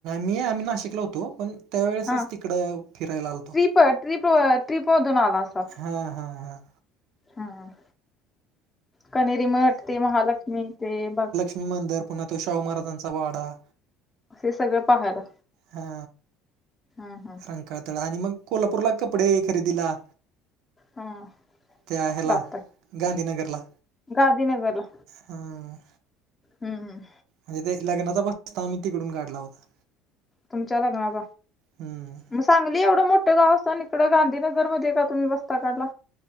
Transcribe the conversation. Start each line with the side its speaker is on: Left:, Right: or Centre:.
Right: मी आम्ही नाशिकला होतो पण. त्यावेळेसच
Left: हा
Right: तिकडं फिरायला आलतो.
Left: ट्रिप ट्रिप मधून आला असाल.
Right: हा हा हा.
Left: हम. कनेरी मठ ते महालक्ष्मी ते ब
Right: लक्ष्मी मंदर पुन्हा तो शाहू महाराजांचा वाडा.
Left: हे सगळं पाहायला.
Right: हा
Left: हम्म हम्म
Right: रंकाळा तळ आणि मग कोल्हापूरला कपडे खरेदीला.
Left: हा
Right: त्या हेला
Left: जातय
Right: गांधीनगरला.
Left: गांधीनगरला.
Right: हम्म..
Left: हम्म हम्म..
Right: म्हणजे ते लग्नाचा बस्ता आम्ही, तिकडून काढला होता.
Left: तुमच्या लग्नाचा
Right: हम्म
Left: मस्त. सांगली एवढं मोठं गाव असताना, आणि इकडं गांधीनगर मध्ये का तुम्ही बस्ता काढला.